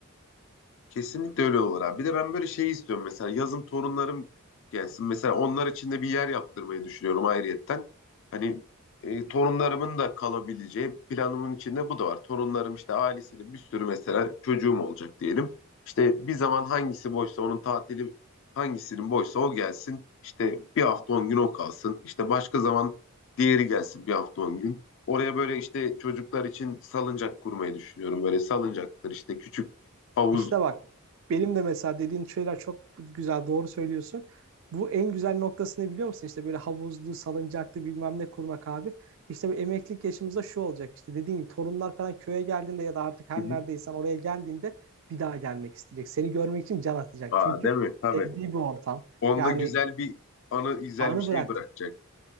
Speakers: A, on the left; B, on the right.
A: Kesinlikle öyle olur abi. Bir de ben böyle şey istiyorum. Mesela yazın torunlarım gelsin. Mesela onlar için de bir yer yaptırmayı düşünüyorum ayrıyetten. Hani e, torunlarımın da kalabileceği planımın içinde bu da var. Torunlarım işte ailesiyle bir sürü mesela çocuğum olacak diyelim. İşte bir zaman hangisi boşsa onun tatili hangisinin boşsa o gelsin. İşte bir hafta on gün o kalsın. İşte başka zaman diğeri gelsin bir hafta on gün. Oraya böyle işte çocuklar için salıncak kurmayı düşünüyorum. Böyle salıncaktır işte küçük havuz
B: İşte bak benim de mesela dediğin şeyler çok güzel doğru söylüyorsun. Bu en güzel noktasını biliyor musun? İşte böyle havuzlu, salıncaklı bilmem ne kurmak abi. İşte bu emeklilik yaşımızda şu olacak İşte dediğin gibi torunlar falan köye geldiğinde ya da artık her
A: Fizik.
B: neredeysen oraya geldiğinde bir daha gelmek isteyecek. Seni görmek için can atacak.
A: Aa,
B: Çünkü
A: değil mi?
B: sevdiği
A: Tabii.
B: bir ortam.
A: Onda
B: Yani
A: güzel bir anı, güzel
B: anı
A: bir şey
B: bıraktı.
A: bırakacak.